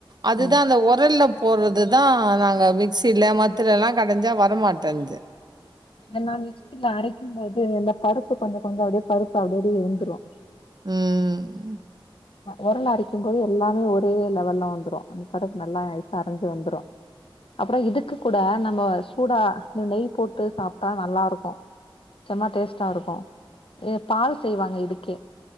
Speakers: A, on the right; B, on the left.
A: அதுதா
B: ம்
A: அந்த ஒரல்ல போறது தா நாங்க மிக்சில மத்ததுலா கடஞ்சா வரமாட்டேது
B: என்னா மிக்சில அரைக்கும்போது இந்த பருப்பு கொஞ்சோ கொஞ்சோ அப்டியே பருப்பு அப்டி அப்டியே இருந்துரு
A: ம்
B: ஒரல்ல அரைக்கும் போது எல்லாமே ஒரே லெவல்ல வந்துரு அந்த பருப்பு நல்லா நைசா அரஞ்சு வந்துரு அப்புற இதுக்கு கூட நம்ம சூடா நெய் போட்டு சாப்டா நல்லா இருக்கு செம்மா டேஸ்ட்டா இருக்க ஏ பால் செய்வாங்க இதுக்கே